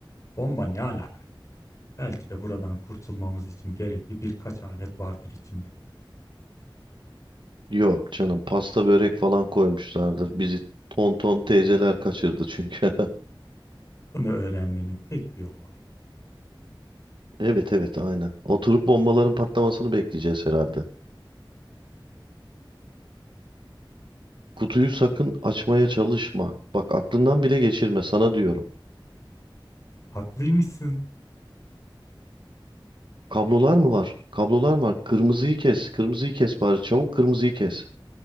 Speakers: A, on the left; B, on the right.
A: Bomba ne alaka ya? Belki de buradan kurtulmamız için gerekli birkaç alet vardır içinde.
B: Yok canım pasta börek falan koymuşlardır. Bizi tonton teyzeler kaçırdı çünkü. <laughs>
A: Bunu öğrenmenin tek bir yolu var.
B: Evet evet aynen. Oturup bombaların patlamasını bekleyeceğiz herhalde. Kutuyu sakın açmaya çalışma. Bak aklından bile geçirme sana diyorum.
A: Haklıymışsın.
B: Kablolar mı var? Kablolar mı var? Kırmızıyı kes. Kırmızıyı kes bari. Çabuk kırmızıyı kes.